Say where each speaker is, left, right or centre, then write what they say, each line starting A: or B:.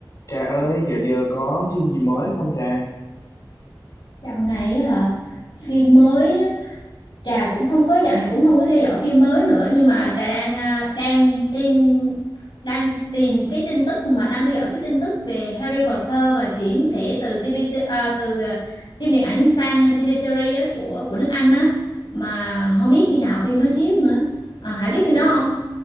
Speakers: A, on the left; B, on the left.
A: Trà ơi, dạo giờ có phim gì mới không Trà?
B: Dạo này á hả phim mới á, Trà cũng không có dạo này cũng không có theo dõi phim mới nữa nhưng mà Trà đang à, đang xem đang tìm cái tin tức mà đang theo dõi cái tin tức về Harry Potter và chuyển thể từ TV se- à, từ à, phim điện ảnh sang TV series á, của của nước Anh á mà không biết khi nào phim nó chiếu nữa à, Hải biết phim
A: Ủa,
B: đó không?